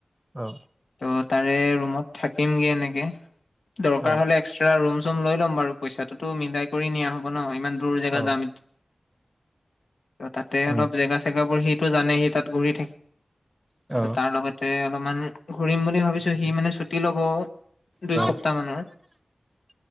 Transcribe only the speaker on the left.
ত' তাৰে ৰুমত থাকিমগে এনেকে, দৰকাৰ
হলে এক্সট্ৰা ৰুম-চুম লৈ লম বাৰু, পইচাতেটো মিলাই কৰি নিয়া হ, হব ন ইমান দূৰ জেগা
যাম, তাত তেহত
জেগা চেগা বোৰ সিটো জানে সি তাত ঘূৰি থাকে
ত তাৰ লগত, তাতে অলপমান ঘূৰিম বুলি ভাবিছো সি মানে ছুটি ল'ব। দুই
সপ্তাহ মানৰ